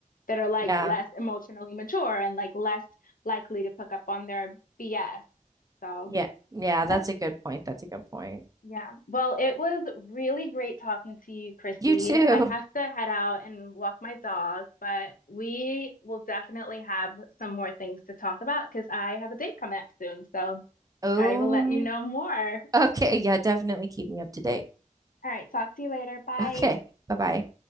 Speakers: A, on the left; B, on the right.
A: That are like
B: Yeah.
A: less emotionally mature and like less likely to pick up on their BS. So,
B: Yeah. Yeah,
A: yep.
B: that's a good point. That's a good point.
A: Yeah. Well, it was really great talking to you, Chrissy.
B: You too.
A: I have to head out and walk my dog, but we will definitely have some more things to talk about because I have a date coming up soon. So
B: Oh,
A: I will let you know more. All
B: okay. Yeah, definitely keep me up to date.
A: right. Talk to you later. Bye.
B: Okay. Bye-bye.